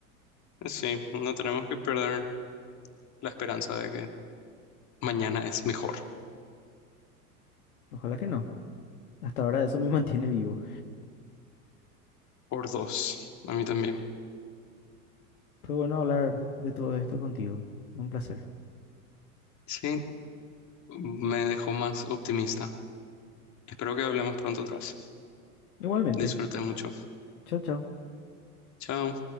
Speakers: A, on the left; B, on the left.
A: Sí, no tenemos que perder la esperanza de que mañana es mejor.
B: Ojalá que no. Hasta ahora eso me <laughs> mantiene vivo.
A: Por dos, a mí también.
B: Fue bueno hablar de todo esto contigo. Un placer.
A: Sí, me dejó más optimista. Espero que hablemos pronto atrás.
B: Igualmente.
A: Disfruté mucho.
B: Chao, chao.
A: Chao.